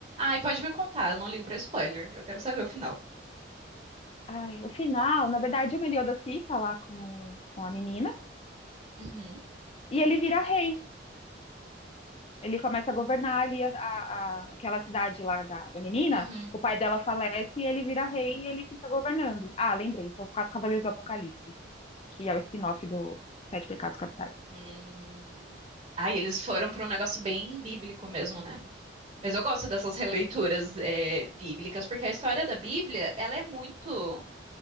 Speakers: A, on the right (about 35°); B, on the left (about 30°).
A: Ai, pode me contar, eu não ligo pra spoiler, eu quero saber o final.
B: Ai, o final, na verdade, o Meliodas fica lá com, com a menina
A: Uhum.
B: e ele vira rei. Ele começa a governar ali a, a- a- aquela cidade lá da, da menina.
A: Uhum.
B: O pai dela falece e ele vira rei e ele fica governando. Ah, lembrei, são os Quatro Cavaleiros do Apocalipse, que é o spin-off do Sete Pecados Capitais.
A: Hum. Ah, e eles foram para um negócio bem bíblico mesmo, né? Mas eu gosto dessas releituras é, bíblicas, porque a história da Bíblia, ela é muito,